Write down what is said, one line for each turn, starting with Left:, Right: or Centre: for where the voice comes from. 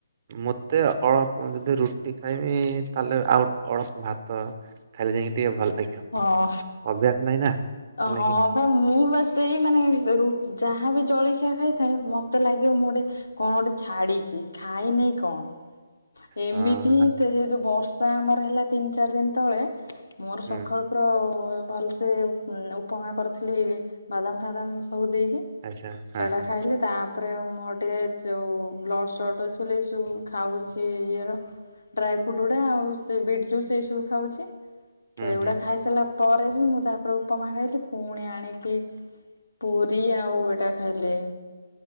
Right: ମତେ ଅଳପ ଯଦି ରୁଟି ଖାଇମି ତାହେଲେ, ଆଉ ଅଳ୍ପ ଭାତ ଖାଇଲେ ଯାଇକି ଟିକେ ଭଲ ଲାଗିବ
Left: ହଁ,
Right: ଅଭ୍ୟାସ ନାହିଁ ନା ହେଲା
Left: ହଁ
Right: କି
Left: ବା ମୁଁ, ବା ସେଇ ମାନେ ର ଯାହାବି ଜଳଖିଆ ଖାଇଥାଏ, ମତେ ଲାଗିବ ମୁଁ ଗୋଟେ କଣ ଗୋଟେ ଛାଡିଛି ଖାଇନି, କଣ ଏମିତି
Right: ହଁ
Left: ହିଁ ସେ ଯୋଉ ବର୍ଷା ତ ଆମର ହେଲା ତିନି, ଚାରି ଦିନ ତଳେ ମୋର
Right: ହୁଁ
Left: ସ ଭଲସେ ଉପମା କରିଥିଲି, ବାଦାମ, ଫାଦାମ ସବୁ ଦେଇକି,
Right: ଆଚ୍ଛା ହଁ
Left: ତେ଼ା
Right: ହଁ।
Left: ଖାଇଲି ତା ତାପରେ ମୋର ଟିକେ ଯୋଉ ବ୍ଲଡ଼ ସଟ ଅଛି, ବୋଲି ଏ ସବୁ ଖାଉଛି, ଇଏର ଡ୍ରାଇ, ଫ୍ରୁଟ୍ ଗୁଡା ଆଉ ସେ ବିଟ୍ ଜୁସ୍ ଏଇ ସବୁ ଖାଉଛି।
Right: ହୁଁ
Left: ତ ଏଗୁଡ଼ା
Right: ହୁଁ
Left: ଖାଇସାରିଲା ପରେ ବି, ମୁଁ ତାପରେ ଉପପମା ଖାଇଲି, ପୁଣି ଆଣିକି ପୁରୀ ଆଉ ଏଇଟା ଖାଇଲେ,